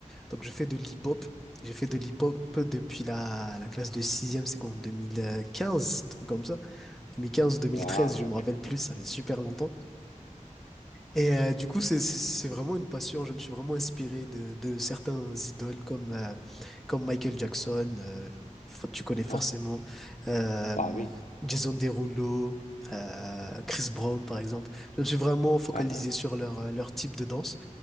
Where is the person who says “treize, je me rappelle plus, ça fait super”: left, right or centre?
Centre